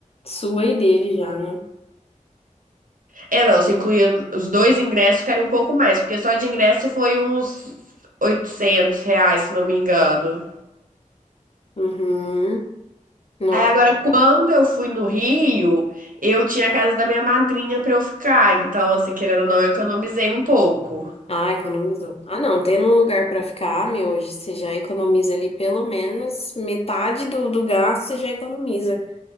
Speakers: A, on the left; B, on the right.
A: Sua e dele já, né?
B: É, não, se incluir os dois ingressos, ficaria um pouco mais, porque só de ingresso foi uns 800 reais, se não me engano.
A: Uhum. Nossa.
B: Aí agora, quando eu fui no Rio, eu tinha a casa da minha madrinha pra eu ficar. Então, assim, querendo ou não, eu economizei um pouco.
A: Ah, economizou. Ah, não, tendo um lugar pra ficar, meu, hoje você já economiza ali pelo menos metade do, do gasto, você já economiza.